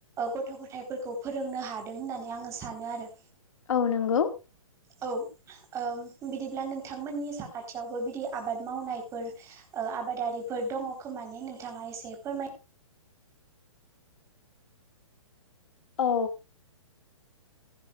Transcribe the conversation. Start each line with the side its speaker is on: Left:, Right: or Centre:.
Right: गथ' गथायफोरखौ फोरोंनो हादों होननानै आङो सानो आरो
Left: औ नंगौ
Right: औ ओ बिदिब्ला नोंथांमोननि साखाथियावबो बिदि आबाद मावनायफोर आबादारि, बेफोर दङ खोमाने नोंथाङा एसे फोरमाय,
Left: <inaudible> औ